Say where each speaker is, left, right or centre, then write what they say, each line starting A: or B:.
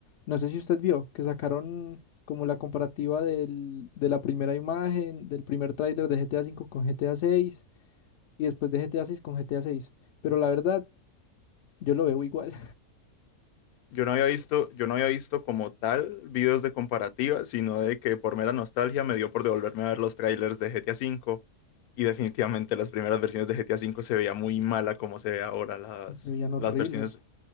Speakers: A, on the left; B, on the left.
A: no sé si usted vio que sacaron como la comparativa del, de la primera imagen, del primer tráiler de GTA 5 con GTA 6 y después de GTA 6 con GTA 6, pero la verdad yo lo veo igual,
B: yo no había visto, yo no había visto como tal videos de comparativa, sino de que por mera nostalgia me dio por devolverme a ver los trailers de GTA V. Y definitivamente las primeras versiones de GTA V se veía muy mala como se ve ahora las,
A: <laughs> se veían horribles.
B: las versiones